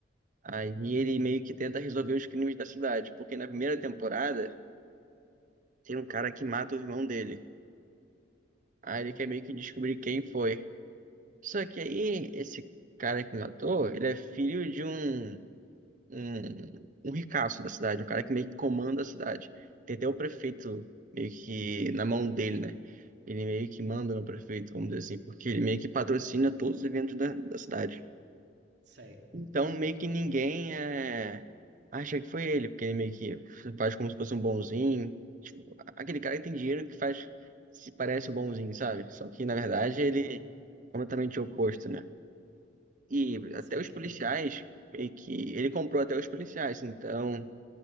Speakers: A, on the right; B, on the right.
A: Aí ele meio que tenta resolver os crimes da cidade, porque na primeira temporada tem um cara que mata o irmão dele. Aí
B: Hum,
A: ele quer meio que descobrir quem foi. Só que aí esse cara que matou, ele é filho de um, um, um ricaço da cidade, um cara que meio que comanda a cidade. Tem até o prefeito meio que na mão dele, né? Ele meio que manda no prefeito, vamos dizer assim, porque ele meio que patrocina todos os eventos da, da cidade.
B: sei.
A: Então, meio que ninguém é... acha que foi ele, porque ele meio que faz como se fosse um bonzinho. Tipo, aquele cara que tem dinheiro que faz, se parece o bonzinho, sabe? Só que, na verdade,
B: Uhum,
A: ele é completamente oposto, né? E até
B: saquei.
A: os policiais, meio que... Ele comprou até os policiais, então...